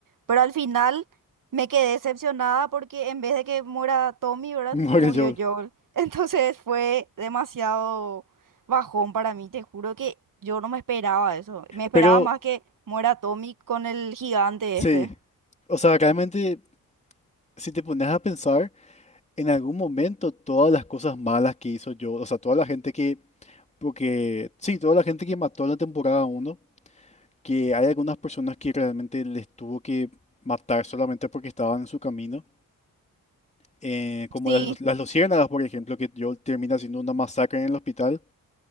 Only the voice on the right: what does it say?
pero al final me quedé decepcionada porque en vez de que muera Tommy, ¿verdad?
Murió
Joel. <laughs> Entonces fue demasiado bajón para mí, te juro que yo no me esperaba eso. Me esperaba
más que muera Tommy con el gigante
este.
Sí,